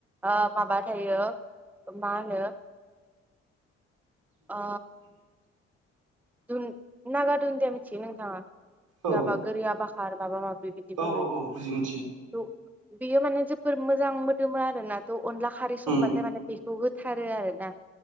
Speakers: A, in the centre; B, on the right.
A: ओ माबा थायो मा ओनो अ दुन नागा दुनदिया मिथिगो नोंथांआ
B: औ
A: गयाबा गोरियाबाखार माबा माबि बिदि बुंओ
B: औ औ
A: बिखौ
B: औ बुजियो
A: थु
B: मिथियो
A: बियो माने जोबोर मोजां मोदोमो आरोना दौ अनला खारै संबाथाय
B: उम
A: माने बेखौ हो थारो आरोना